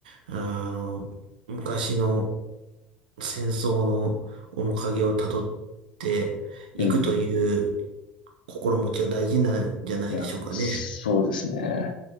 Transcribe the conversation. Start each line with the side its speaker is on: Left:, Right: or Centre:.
Right: あの、昔の戦争の面影をたどっていくという
Left: うん。
Right: 心持ちは大事なんじゃないでしょうかね。
Left: いや、そうですね。